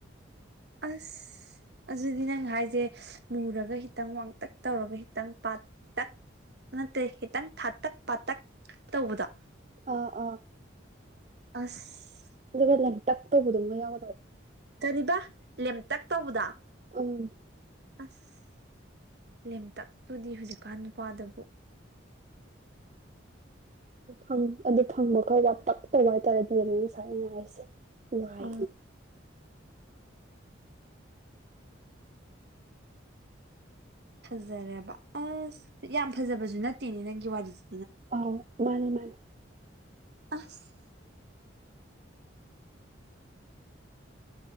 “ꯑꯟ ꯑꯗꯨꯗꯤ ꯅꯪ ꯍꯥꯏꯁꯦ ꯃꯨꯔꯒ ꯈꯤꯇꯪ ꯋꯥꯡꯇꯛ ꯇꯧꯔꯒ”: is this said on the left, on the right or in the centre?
Right